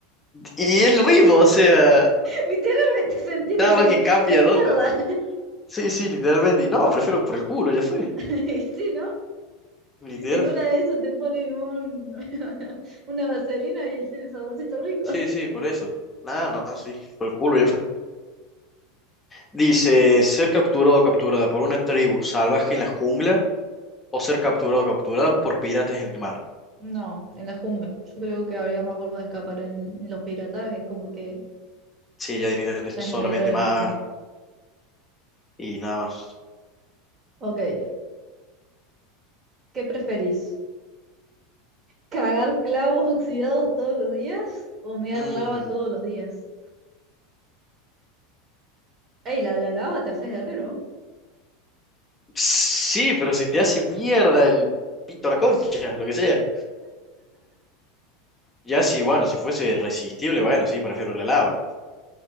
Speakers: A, on the left; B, on the right.
A: Y es lo mismo, o sea,
B: Literalmente <laughs> sentir
A: nada
B: el-
A: más que cambia
B: la mierda.
A: dónde. Sí, sí, literalmente. Y no, prefiero por el culo, ya fue.
B: <laughs> Y sí, ¿no?
A: Literal.
B: En una de esas te ponen un, <laughs> una vaselina y tiene saborcito rico.
A: Sí, sí, por eso. Nada, no, sí, por el culo, ya fue. Dice, ser capturado o capturada por una tribu salvaje en la jungla o ser capturado o capturada por piratas en el mar.
B: No, en la jungla. Yo creo que habría más forma de escapar en en los piratajes, como que
A: Sí, ya directamente
B: estás
A: es solamente
B: en medio de
A: mar
B: la nada.
A: y nada más.
B: Ok, ¿qué preferís? ¿Cagar clavos oxidados todos los días o mear
A: Mm,
B: lava todos los días? Ey, la de la lava te haces guerrero.
A: sí, pero si te hace mierda el pito a la concha, lo que sea. Ya sí, bueno, si fuese resistible, bueno, sí, prefiero la lava.